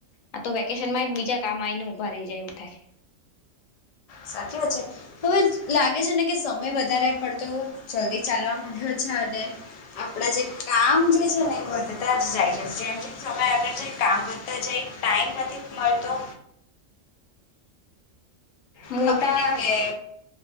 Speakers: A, on the left (about 75°); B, on the left (about 65°).
A: આ તો વેકેશન માંયે બીજા કામ આઈને ઉભા રહી જાય એવું થાય.
B: સાચી વાત છે, હવે લાગે છેને કે સમય વધારે પડતો જલ્દી ચાલવા માડયો છે, અને આપણા જે કામ જે છે ને, એ વધતા જ જાય છે, જેમ જેમ સમય આગળ જાય કામ વધતા જાય. ટાઈમ નથી મળતો.
A: મોટા,
B: ખબર નહીં કે